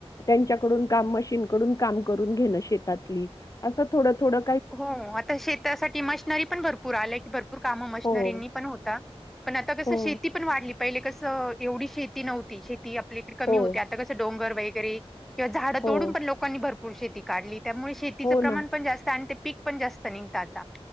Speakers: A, on the left; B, in the centre.
A: त्यांच्याकडून काम मशीनकडून काम करून घेणं शेतातली असं थोडं थोडं
B: हो आता शेतासाठी मशनरी पण भरपूर आल्या की भरपूर कामं मशनरींनी
A: हो,
B: पण होता. पण आता कसं
A: हो,
B: शेती पण वाढली पहिले कसं एवढी शेती नव्हती शे ती आपल्याकडे कमी
A: हो,
B: होते आता कसं डोंगर वगैरे किंवा झाड
A: हो,
B: तोडून पण लोकांनी भर भरपूर शेती काढली त्यामुळे शेतीचं
A: हो
B: प्रमाण
A: ना.
B: पण जास्त आणि ते पीक पण जास्त निघत आता.